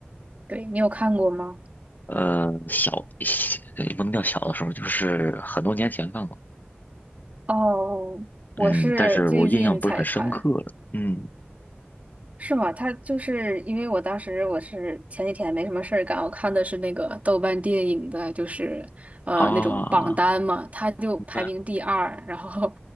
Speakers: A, on the right; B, on the left.
A: 对，你有看过吗？
B: 呃，小，<laughs> 也不能掉小的时候，就是很多年前看过，
A: 哦，我是最近才看。
B: 嗯，但是我印象不是很深刻了，嗯
A: 是吗？他就是因为我当时我是前几天没什么事儿干，我看的是那个豆瓣电影的，就是呃那种榜单嘛，
B: 啊，
A: 他就排名第二，
B: 明白。
A: 然后